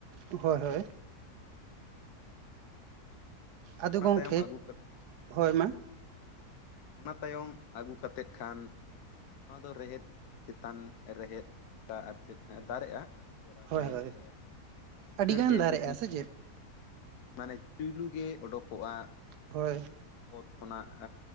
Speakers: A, on the right; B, on the left.
A: ᱦᱳᱭ ᱦᱳᱭ᱾ ᱟᱫᱚ
B: ᱚᱱᱟ
A: ᱜᱚᱢᱠᱮ,
B: ᱛᱟᱭᱚᱢ ᱟᱹᱜᱩ ᱠᱟᱛᱮ ᱦᱮᱸ
A: ᱦᱳᱭ
B: ᱞᱟᱹᱭ ᱵᱮᱱ
A: ᱢᱟ᱾
B: ᱚᱱᱟ ᱛᱟᱭᱚᱢ ᱟᱹᱜᱩ ᱠᱟᱛᱮᱫ ᱠᱷᱟᱱ ᱱᱚᱣᱟ ᱫᱚ ᱨᱮᱦᱮᱫ ᱪᱮᱛᱟᱱ ᱨᱮᱦᱮᱫ ᱚᱱᱠᱟ ᱟᱨ ᱪᱮᱫ ᱫᱟᱨᱮᱜᱼᱟ, ᱪᱮᱦᱨᱟ
A: ᱦᱳᱭ
B: ᱥᱟᱺᱦᱤᱡ
A: ᱦᱳᱭ
B: ᱜᱮ ᱵᱷᱩᱥᱟᱹᱲ
A: ᱟᱹᱰᱤᱜᱟᱱ
B: ᱜᱮ
A: ᱫᱟᱨᱮᱜᱼᱟ
B: ᱩᱫᱽ
A: ᱥᱮ ᱪᱮᱫ
B: ᱢᱟᱱᱮ ᱪᱩᱭᱞᱩ ᱜᱮ ᱚᱰᱩᱠᱚᱜᱼᱟ,
A: ᱦᱳᱭ᱾
B: ᱚᱛ ᱠᱷᱚᱱᱟᱜ